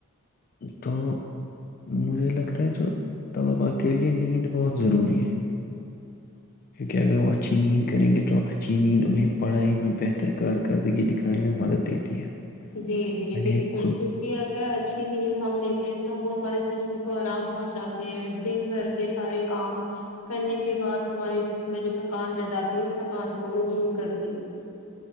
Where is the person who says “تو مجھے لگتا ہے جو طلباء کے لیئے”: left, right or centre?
Left